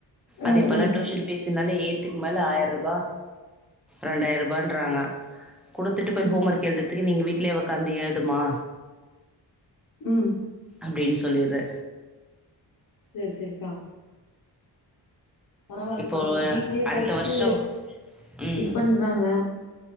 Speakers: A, on the left; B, in the centre.
A: ம்
B: அது இப்பல்லா
A: ம்
B: டியுஷன் பீஸ்னாலே ஏ த்துக் மேல ஆயிரரூபா ரெண்டாயிரரூபான்றாங்க குடுத்துட்டு போய்
A: ம்
B: ஹோம் ஒர்க் எழுதுரதுக்கு நீங்க வீட் வீட்லயே ஒக்காந்து எழுதுமா
A: ம்
B: அப்டின்னு சொல்லிரு
A: சேர் சேரிக்கா பரவால்லக்கா
B: இப்போ
A: வீட்லயே படிச்சுட்டு
B: அடுத்த வருஷோ ம்
A: இது பண்றாங்க